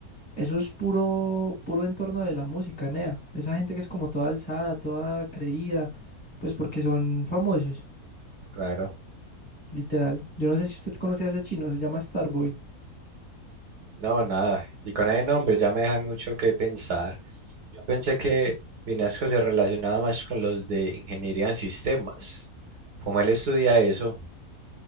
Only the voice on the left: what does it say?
Eso es puro, puro entorno de la música, Nea. Esa gente que es como toda alzada, toda creída, pues porque son famosos,
literal. Yo no sé si usted conoce a ese chino, se llama Starboy.